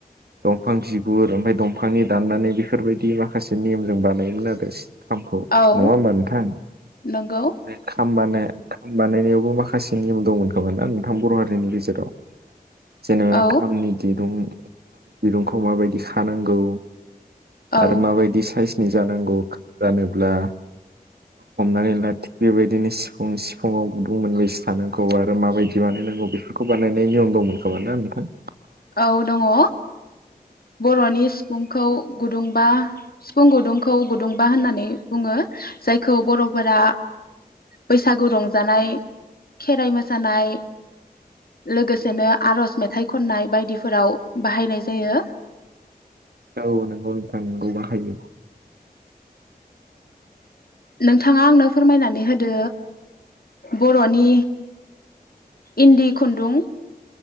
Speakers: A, on the right; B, on the left.
A: दंफां बिगुर ओमफाय दंफांनि दाननानै बेफोरबायदि माखासे नेमजों बानायोमोन आरो खामखौ
B: औ
A: नङा होमबा नोंथां
B: नंगौ
A: बे खामबानय खाम बानायनायावबो माखासे नियम दंमोन खोमा ना नोंथां बर हारिनि गेजेराव जोङो
B: औ
A: खामनिदि दरुं खामनि दिरुंखौ माबायदि खानांगौ
B: औ
A: आरो माबायदि साइस जानांगौ जानोब्ला हमनानैला थिग बेबादिनो सिफुं फुङाव गुदुं मोनबेसे थानांगौ आरो माबायदि बानायनांगौ बेफोरखौ बानायनाय नियम दंमोन खोमा ना नोंथां।
B: औ दङ बर'नि सिफुंखौ गुदुंबा सिफुं गुदुंखौ गुदुंबा होननानै बुङो जायखौ बर'फोरा बैसागु रंजानाय खेराइ मोसानाय लोगोसेनो आरज मेथाइ खननाय बायदिफोराव। बाहायनाय जायो।
A: औ नंगौ नोथां नंगौ बाहायो।
B: नोंथाङा आंनो फोरमायनानै होदो। बर'नि। इन्दि खुन्दुं।